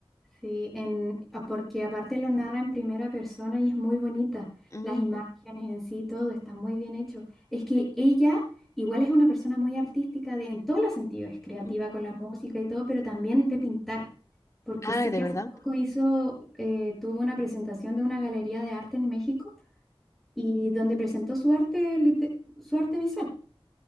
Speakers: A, in the centre; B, on the left.
A: Sí, en, a- porque aparte lo narra en primera persona y es muy bonita.
B: Ujú,
A: Las imágenes en sí, todo está muy bien hecho. Es que ella igual es una persona muy artística de, en todos los sentidos, es creativa
B: ujú.
A: con la música y todo, pero también de pintar, porque
B: Ay,
A: sé que
B: de verdad.
A: hace poco hizo, eh, tuvo una presentación de una galería de arte en México y donde presentó su arte, lite- su arte visual.